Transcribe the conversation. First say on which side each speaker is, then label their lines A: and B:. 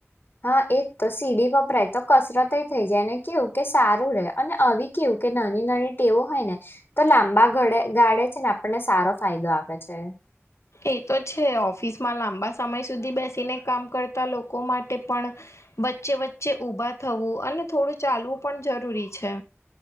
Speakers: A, on the left (about 55°); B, on the left (about 80°).
A: હા એજ તો સીડી વપરાય તો કસરત એ થઈ જાય એને કેવું કે સારું રે અને આવી કેવું. કે નાની નાની ટેવો હોય ને તો લાંબા ગડે ગાળે છે ને. આપને સારો ફાયદો આપે છે.
B: એ તો છે ઓફિસમાં લાંબા સમય સુધી બેસીને કામ કરતા લોકો માટે પણ. વચ્ચે વચ્ચે ઊભા થવું અને થોડું ચાલવું પણ જરૂરી છે.